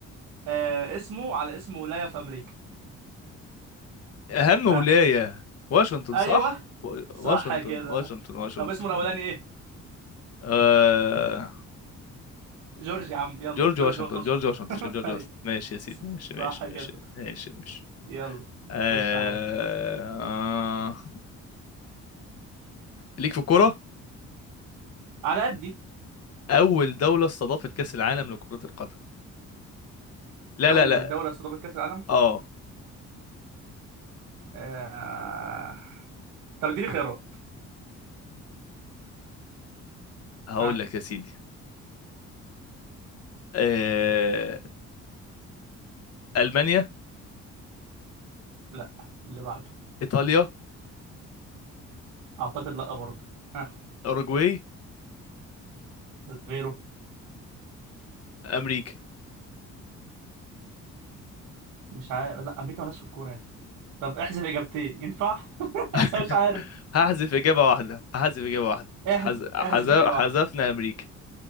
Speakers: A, on the right; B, on the left.
A: آه اسمه على اسم ولاية في امريكا
B: اهم ولايه
A: ها
B: واشنطن
A: ايوه
B: صح و-
A: صح
B: واشنطن
A: كده
B: واشنطن واشنطن
A: طب اسمه الاولاني ايه
B: آه...
A: جورج يا عم يلا
B: جورج واشنطن
A: جورج واشنطن
B: جورج واشنطن
A: <laughs>
B: مش جورج
A: أيوة،
B: واشنطن ماشي يا سيدي ماشي
A: صح
B: ماشي
A: كده
B: ماشي ماشي ماشي
A: يلا
B: آه...
A: خش عليا
B: آه... ليك في الكوره
A: على قدي
B: اول دوله استضافت كاس العالم لكره القدم لا
A: اول
B: لا لا
A: دولة استضافت كأس العالم
B: اه
A: آه... طب اديني خيارات
B: هقول
A: ها
B: لك يا سيدي آه، المانيا
A: لا اللي بعده
B: ايطاليا
A: اعتقد لا برضه ها
B: اوروجواي
A: غيره
B: امريكا
A: مش عارف لا امريكا مالهاش في الكوره يا اخي طب احذف اجابتين ينفع <laughs>
B: <laughs>
A: اصلا مش عارف
B: هحذف اجابه واحده هحذف اجابه واحده
A: <laughs> احذف
B: حز... حز...
A: احذف اجابه
B: حذفنا
A: واحده
B: امريكا